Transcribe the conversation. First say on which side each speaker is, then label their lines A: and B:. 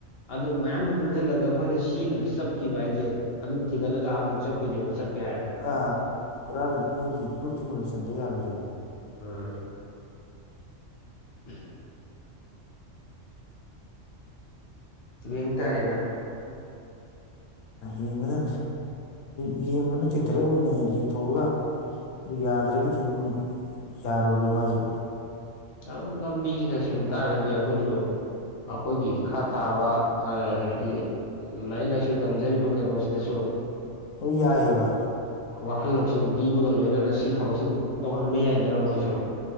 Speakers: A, on the left; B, on the left.
A: ꯑꯗꯨ ꯃꯌꯥꯝꯗꯨ ꯄꯨꯟꯁꯤꯜꯂꯒ ꯑꯩꯈꯣꯏꯅ ꯁꯤꯃꯗ ꯆꯞꯈꯤꯕ ꯍꯥꯏꯁꯦ ꯑꯗꯨꯝ ꯊꯤꯒꯠꯂꯒ ꯑꯃꯨꯛ ꯆꯠꯈꯤꯅꯦꯕ ꯆꯠꯀꯦ ꯍꯥꯏꯔꯗꯤ
B: ꯑꯥ ꯄꯨꯔꯥ ꯃꯣꯏꯒꯤ ꯒ꯭ꯔꯨꯞꯇꯨꯃ ꯂꯣꯏꯁꯤꯟꯕ ꯌꯥꯔꯣꯏꯗꯣꯏꯅꯦ
A: ꯎꯝ ꯎꯝ ꯌꯦꯡ ꯇꯥꯔꯦꯅ
B: ꯌꯦꯡꯉꯗ ꯌꯦꯡꯕ ꯅꯠꯇꯦ ꯗꯥꯏꯔꯦꯛ ꯑꯣꯏꯅ ꯌꯦꯡꯊꯣꯛꯑꯒ ꯑꯗꯨ ꯌꯥꯗ꯭ꯔꯒꯗꯤ ꯑꯗꯨꯝ ꯌꯥꯔꯣꯏꯕ ꯃꯥꯁꯨꯦ
A: ꯌꯥꯝ ꯂꯝꯕꯤꯁꯤꯗ ꯆꯨꯝ ꯇꯥꯔꯒꯗꯤ ꯑꯩꯈꯣꯏꯁꯨ ꯑꯩꯈꯣꯏꯒꯤ ꯏꯈꯥ ꯊꯥꯕ ꯍꯥꯏꯗꯤ ꯂꯥꯏꯔꯤꯛ ꯂꯥꯏꯁꯨ ꯇꯝꯖꯔꯤꯕ ꯀꯩꯅꯣꯁꯤꯗꯁꯨ
B: ꯍꯣꯏ ꯌꯥꯏꯑꯕ
A: ꯋꯥꯈꯜ ꯂꯧꯁꯤꯡ ꯄꯤꯕꯒ ꯂꯣꯏꯅꯅ ꯁꯤ ꯊꯕꯛꯁꯤ ꯑꯗꯨꯝ ꯇꯧꯍꯟꯕ ꯌꯥꯏꯗꯅ ꯃꯣꯏꯁꯨ